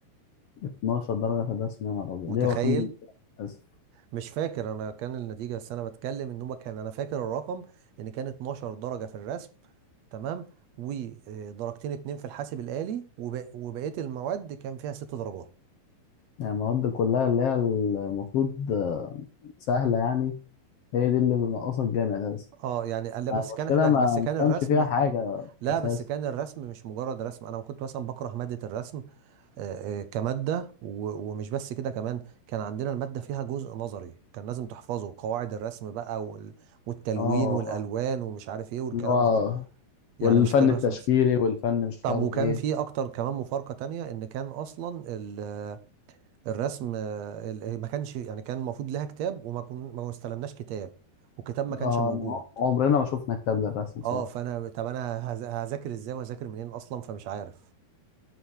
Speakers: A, on the left; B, on the right.
A: 12 درجة في الرسم يا نهار أبيض
B: متخيل
A: ليه هو كان أساسي
B: مش فاكر انا كان النتيجه بس انا بتكلم ان هو كان انا فاكر الرقم ان كان 12 درجه في الرسم تمام ودرجتين اتنين في الحاسب الآلي وب- وبقيه المواد كان فيها ست درجات
A: يعني المواد كلها اللي هي المفروض آه، سهلة يعني هي دي اللي بنقصها الجامعة أساسا
B: اه يعني لا بس
A: يعني المشكلة
B: كان احنا
A: ما
B: بس كان الرسم
A: كانش فيها حاجة
B: لا
A: أساسا
B: بس كان الرسم مش مجرد رسم انا كنت مثلا بكره ماده الرسم آه، آه، كماده و- ومش بس كده كمان كان عندنا الماده فيها جزء نظري كان لازم تحفظه قواعد الرسم بقى وال- والتلوين
A: اه
B: والالوان ومش عارف ايه والكلام
A: اللي هو
B: ده كله يعني
A: والفن
B: مش كان
A: التشكيلي
B: رسم بس
A: والفن مش
B: طب
A: عارف
B: وكان
A: ايه
B: في اكتر كمان مفارقة تانية ان كان اصلا ال- الرسم آه، ال- ما كانش يعني كان المفروض لها كتاب وما كن ما استلمناش كتاب والكتاب ما كانش
A: اه
B: موجود
A: عمرنا ما شفنا كتاب للرسم بصراحة
B: اه فانا طب انا هذا- هذاكر ازاي وهذاكر منين اصلا فمش عارف